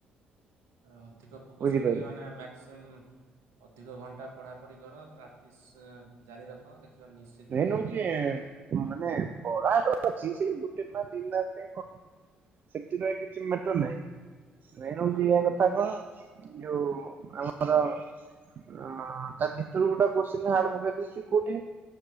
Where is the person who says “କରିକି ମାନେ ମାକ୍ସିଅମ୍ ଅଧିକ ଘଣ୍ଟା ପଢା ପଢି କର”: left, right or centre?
Right